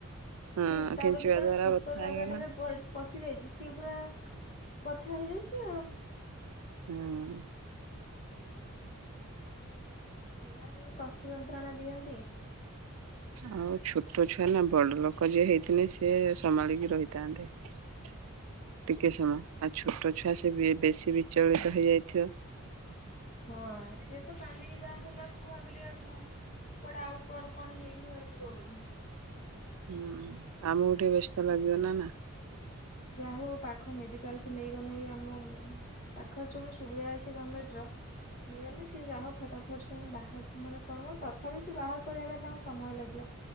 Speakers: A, on the right; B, on the left.
A: ହଁ
B: ସିଏ ତାପରେ
A: କେଞ୍ଚିବା
B: ତର
A: ଦ୍ଵାରା
B: ଛୋଟ
A: ବଥା
B: ଜାଗାଟାରେ
A: ହେଇଗଲା
B: ପଶି ଯାଇଛି ସିଏ ପୁରା ବଥା ହେଇଯାଇଛି ଆଉ।
A: ହୁଁ
B: ଛୁଆ ଯୋଉ ପଷ୍ଟୁ ଯନ୍ତ୍ରଣା ଦିଅନ୍ତି।
A: ଆଉ ଛୋଟ ଛୁଆ ନା ବଡ ଲୋକ ଯିଏ ହେଇନ ସିଏ ସମ୍ଭାଳିକି ରହିଥାନ୍ତିେ ଟିକେ ସମୟ ଆ ଛୋଟ ଛୁଆ ସେ ବେଶୀ ବିଚଳିତ ହେଇଯାଇଥିବ।
B: ହଁ ସିଏ ତ କାନ୍ଦିକି ଯାହା ହେଲା ମୁଁ ଭାବିଲି ଆଉ କୁଆଡେ ଆଉ କୁଆଡୁ କଣ ହେଇକି ଯିବ ବୋଲି।
A: ହୁଁ ଆମ ଟିକେ ବ୍ୟସ୍ତ ଲାଗିବ ନା ନା।
B: ଯା ହଉ ପାଖ ମେଡିକାଲ କୁ ନେଇଗନୁ ଏଇ ଆମ ପାଖରେ ଯୋଉି ସୁବିଧା ଅଛି ଗଭର୍ଣମେଣ୍ଟ ର ନେଇଗନେ ସି ଯା ହଉ ଫଟାଫଟ ସେ ବା ମାନେ କଣ କ ତଥାପି ସେି ବାହାର କରିବା ତାଙ୍କୁ ସମୟ ଲାଗିଲା